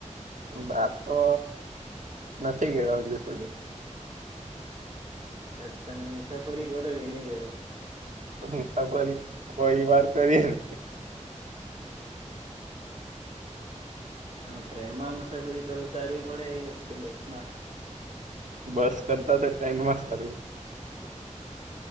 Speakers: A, on the right (about 85°); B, on the right (about 55°).
A: બાપો નથી ગચો હજુ સુધી
B: ત તમે મુસાફરી કરો કે નહી કરો
A: મુસાફરી કોઈ વાર કરીને
B: હ ટ્રેન માં મુસાફરી કરું સારી પડે કે બસમાં
A: બસ કરતા તો ટ્રેનમાં કરવી